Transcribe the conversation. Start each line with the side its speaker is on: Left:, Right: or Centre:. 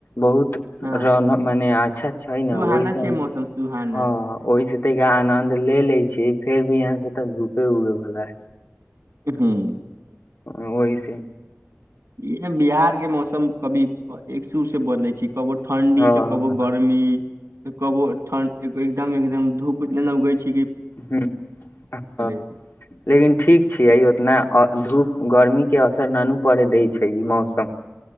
Left: बहुत
Right: हँ
Left: रहन मने अच्छा छै
Right: सुहाना
Left: ने ओहिसे
Right: छै मौसम सुहाना
Left: हाँ ओहिसे आनद ले ले छी फेर बिहान से तऽ धूपे हुए भला
Right: हूँ
Left: ओहि से
Right: ई बिहार के मौसम कभी एक सुरसे बदलै छी कबो ठण्डी
Left: हँ।
Right: तऽ कबो गर्मी कबो ठंड एकदम एकदम धूप नयि ना उगै छी
Left: ह
Right: छै
Left: लेकिन ठीक छियै उतना आ धूप गर्मी के असर ना नु पड़ै दै छै ई मौसम